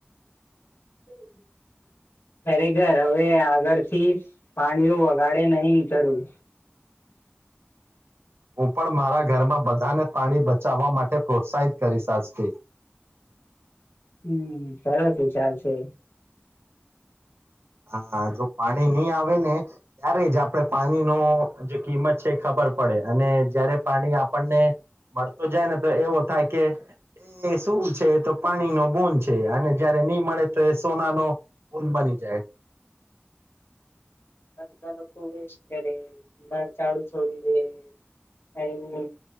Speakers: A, on the left; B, on the right.
A: <inaudible> ખરેખર હવે આગળથી પાણીઓ વગાડે નહિ કરું
B: હું પણ મારા ઘરમાં બ બધાને પાણી બચાવવા માટે પ્રોત્સાહિત કરી આજથી
A: હમ સરસ વિચાર છે
B: હા જો પાણી ની આવે ને ત્યારે જ આપણે પાણીનો જે કિંમત છે એ ખબર પડે અને જયારે પાણી આપણને મળતુ જાય ને તો એવો થાય કે એ શું છે તો પાણીનો બોન છે અને જયારે ની મળે તો એ સોના નો પૂલ બની જ
A: બધા લોકો ખ વેસ્ટ કરે બરા ચડું છોડી દે એવું